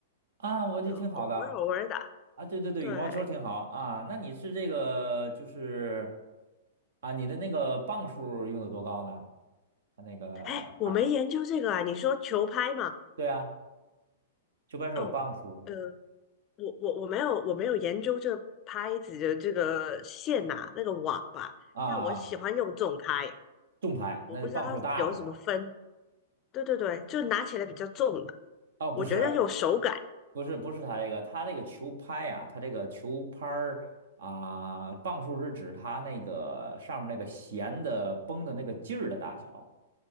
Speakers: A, on the right (about 75°); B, on the left (about 35°).
A: 啊，我就挺好的
B: 就偶尔偶尔打，
A: 啊，对对对，
B: 对。
A: 羽毛球挺好啊，那你是这个就是啊，你的那个磅数用的多高呢？它那个拍儿，
B: 哎，我没研究这个啊，你说球拍嘛？
A: 对啊，球拍是有磅数的嘛？
B: 哦，呃，我我我没有我没有研究这拍子的这个线呐、那个网吧，
A: 啊，
B: 但我喜欢用重拍，
A: 重拍那就磅数大的呗。
B: 我不知道有什么分。对对对，就拿起来比较重的，
A: 哦，不是，
B: 我觉得有手感。
A: 不是，不是它这个，它这个球拍啊，它这个球拍儿啊，磅数是指它那个上面那个弦的绷的那个劲儿的大小。